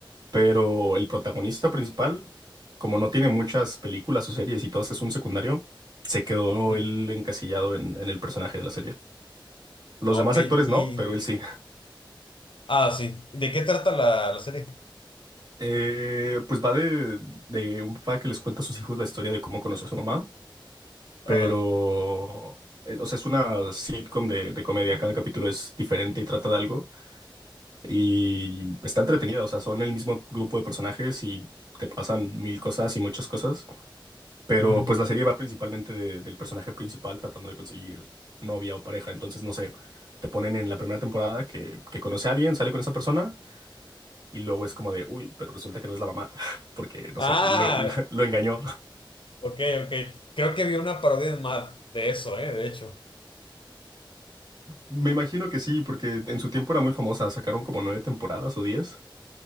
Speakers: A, on the right; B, on the left.
A: pero el protagonista principal, como no tiene muchas películas o series y todas es un secundario, se quedó
B: Mm.
A: él encasillado en, en el personaje de la serie. Los
B: Ah,
A: demás
B: ok.
A: actores
B: Y,
A: no, pero él sí.
B: Ah, sí. ¿De qué trata la, la serie?
A: Eh, pues va de, de un papá que les cuenta a sus hijos la historia de cómo conoció a su mamá,
B: Ajá.
A: pero, eh, o sea, es una sitcom de, de comedia, cada capítulo es diferente y trata de algo y está entretenida, o sea, son el mismo grupo de personajes y te pasan mil cosas y muchas cosas, pero
B: Ujú.
A: pues la serie va principalmente de- del personaje principal tratando de conseguir novia o pareja, entonces no sé, te ponen en la primera temporada que, que conoce a alguien, sale con esa persona. Y luego es como de, uy, pero resulta que no es la mamá, <laughs> porque, no
B: Ah,
A: sé, lo, lo- lo engañó.
B: ok, ok. Creo que vi una parodia en Mad de eso, ¿eh? De hecho.
A: Me imagino que sí, porque en su tiempo era muy famosa, sacaron como nueve temporadas o diez.